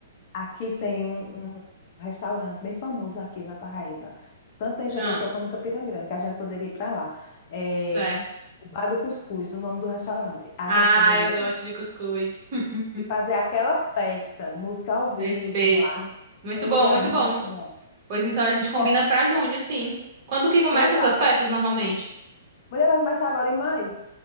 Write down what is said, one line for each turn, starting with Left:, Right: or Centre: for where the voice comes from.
Left: Aqui tem um, um restaurante bem famoso aqui na Paraíba, tanto em João
Right: Ah.
Left: Pessoa como em Campina Grande, que a gente poderia ir para lá. É,
Right: Certo.
Left: o Bar do Cuscuz, o nome do restaurante. A
Right: Ah,
Left: gente poderia
Right: eu gosto
Left: ir
Right: de cuscuz. <laughs>
Left: e fazer aquela festa, música ao vivo
Right: Perfeito.
Left: lá,
Right: Muito
Left: um
Right: bom,
Left: lugar
Right: muito
Left: muito
Right: bom.
Left: bom.
Right: Pois então a gente
Left: E fo-
Right: combina pra junho, sim. Quando que começa
Left: sem fa...
Right: essas festas normalmente?
Left: Mulher vai começar agora em maio.